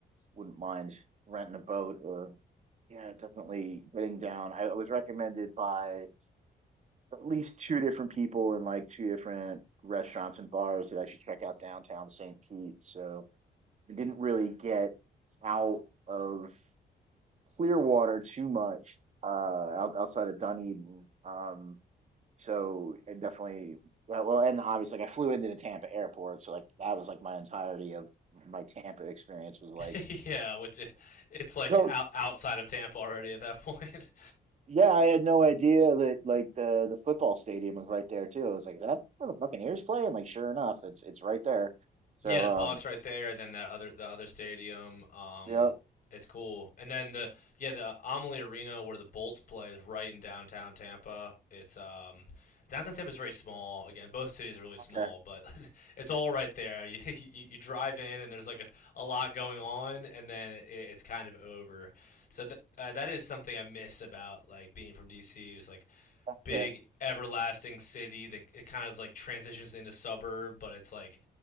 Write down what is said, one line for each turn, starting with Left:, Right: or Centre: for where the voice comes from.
Right: wouldn't mind renting a boat or yeah, definitely getting down. I was recommended by at least two different people in like two different restaurants and bars that I should check out downtown St. Pete. So I didn't really get out of Clearwater too much uh, out, outside of Dunedin. Um, so it definitely well, well, and obviously like I flew into the Tampa airport, so like that was like my entirety of my Tampa experience was like
Left: <laughs> yeah, which it, it's like
Right: go
Left: out, outside of Tampa already at that <laughs> point.
Right: Yeah, I had no idea that like the the football stadium was right there too. I was like, is that where the Buccaneers play? And like, sure enough, it's it's right there. So
Left: Yeah, the Bucks
Right: um,
Left: right there, and then that other the other stadium. Um,
Right: yep,
Left: it's cool. And then the yeah the Amalie Arena where the Bolts play is right in downtown Tampa. It's um downtown Tampa is very small. Again, both cities are really small,
Right: okay,
Left: but <laughs> it's all right there. <laughs> You you, you drive in and there's like a, a lot going on, and then it, it's kind of over. So that uh, that is something I miss about like being from DC. It's like
Right: okay,
Left: big everlasting city that it kind of like transitions into suburb, but it's like